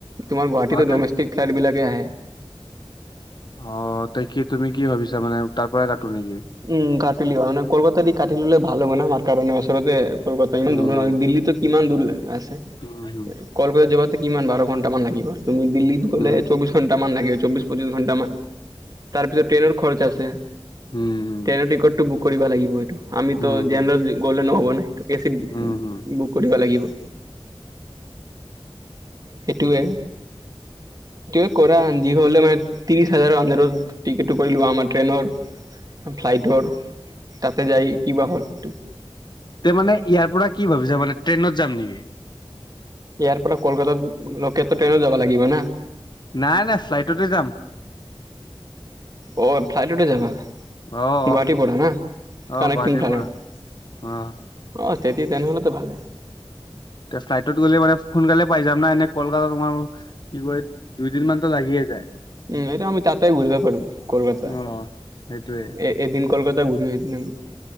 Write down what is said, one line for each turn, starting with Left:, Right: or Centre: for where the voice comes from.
Right: তোমাৰ গুৱাহাটীতো
Left: অ তাক
Right: ডমেষ্টিক ফ্লাইটবিলাকে আহে।
Left: অঁ' তই কি তুমি কি ভাবিছা মানে তাৰ পৰাই কাটো নেকি?
Right: উম কাটি লিব মানে কলকাতা দি কাটি ললে ভাল হ'ব না আমাৰ কাৰণে আচলতে কলকাতা ইমান
Left: উম
Right: দূৰৰ নহয় দিল্লীতো কিমান দূৰ আছে
Left: উম
Right: কলকতা যাবা কিমান বাৰ ঘণ্টা। ন্টা মান লাগিব তুমি দিল্লীত গলে
Left: উম
Right: চৌবিশ ঘণ্টামান লাগিব চৌবিশ পঁচিছ ঘণ্টামান। তাৰপিছত ট্ৰেইনৰ খৰচ আছে।
Left: উম।
Right: ট্ৰেইনৰ টিকটটো বুক কৰিব লাগিব এইটো আমিতো
Left: উম
Right: জেনেৰেল
Left: হুম
Right: গ'লে নহ'ব না এইটো। এ চি
Left: উম হম
Right: বুক কৰিব লাগিব। সেইটোৱে। তেওঁ কৰাই আন যি হ'লে মানে ত্ৰিছ হাজাৰৰ আন্দাৰত টিকেতটো কৰিলোৱা আমাৰ ট্ৰেইনৰ। ফ্লাইটৰ তাতে যায় কিবা হ'ল এইটো।
Left: তে মানে ইয়াৰ পৰা কি ভাবিছা মানে ট্ৰেইনত যাম নেকি?
Right: ইয়াৰ পৰা কলকাতা লকেতো ট্ৰেনত যাবা লাগিব না।
Left: নাই নাই ফ্লাইটতে যাম।
Right: অ ফ্লাইটতে যাবা।
Left: অ অ
Right: গুৱাহাটী পৰা না
Left: অ
Right: কানেক্টিং
Left: গুৱাহাটীৰ
Right: ফ্লাইটত।
Left: পৰা অ
Right: অ তেতি তেনেহ'লেতো ভালে।
Left: তে ফ্লাইটত গ'লে মানে সোনকালে পাই যাম না, এনে কলকাতা তোমাৰ কি কয় দুইদিন মানতো লাগিয়ে যায়।
Right: উম, এইটো আমি তাতেই ঘূৰিব পাৰো কলকাতা।
Left: অ', সেইটোয়ে
Right: এ এ এদিন কলকাতা ঘূৰিম এদিন আমি